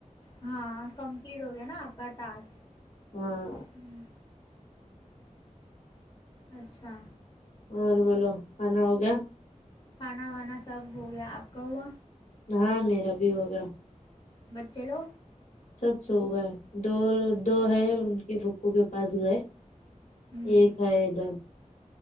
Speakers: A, on the left (about 30°); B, on the left (about 65°).
A: ہاں کمپلیٹ ہو گیا نا آپ کا ٹاسک
B: ہاں
A: ہ اچھا
B: اور بولو کھانا ہو گیا
A: کھانا وانا سب ہو گیا آپ کا ہوا
B: ہاں میرا بھی ہوگیاا
A: بچے لو
B: سب سو ہو گئے دو دو ہے ان کے پھپو کے پاس گئے
A: ہوں
B: ایکیک ہے ادھر